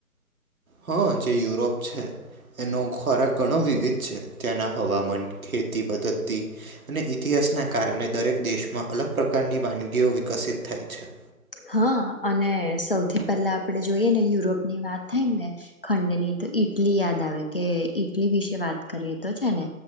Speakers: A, on the right; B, on the left.
A: હા જે યુરોપ છે એનો ખોરાક ઘણો વિવિધ છે ત્યાંના હવામાન ખેતી પદ્ધતિ અને ઈતિહાસના કારણે દરેક દેશમાં અલગ પ્રકારની વાનગીઓ વિકસિત થાય છે.
B: હા અને સૌથી પહેલા આપડે જોઈએ ને યુરોપ ની વાત થાય ને ખંડની તો ઈ ટલી યાદ આવે કે ઈટલી વિશે વાત કરીએ તો છે ને